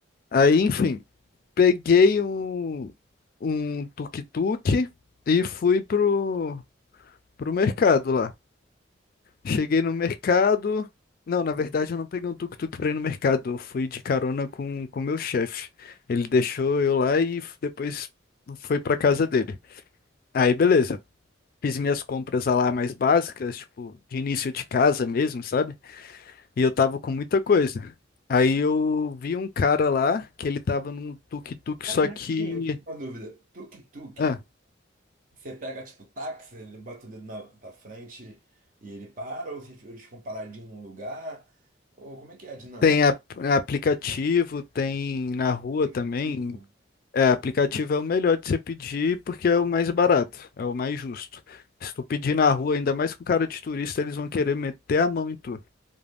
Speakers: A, on the left; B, on the right.
A: Aí, enfim, peguei um, um tuk-tuk e fui pro, pro mercado lá. Cheguei no mercado. Não, na verdade eu não peguei um tuk-tuk pra ir no mercado. Eu fui de carona com o meu chefe. Ele deixou eu lá e f- depois foi pra casa dele. Aí, beleza. Fiz minhas compras ah, lá mais básicas, tipo, de início de casa mesmo, sabe? E eu tava com muita coisa. Aí eu vi um cara lá que ele tava num tuk-tuk,
B: Aí,
A: só
B: rapidinho,
A: que.
B: eu fiquei com a dúvida. Tuk-tuk,
A: Ah,
B: você pega tipo táxi, ele bota o dedo na, na frente e ele para, ou vocês- eles ficam paradinhos num lugar? Ou como é que é a dinâmica?
A: tem a- aplicativo, tem na rua
B: Aplicativo?
A: também. É, aplicativo é o melhor de você pedir porque é o mais barato, é o mais justo. Se tu pedir na rua, ainda mais com cara de turista, eles vão querer meter a mão em tu.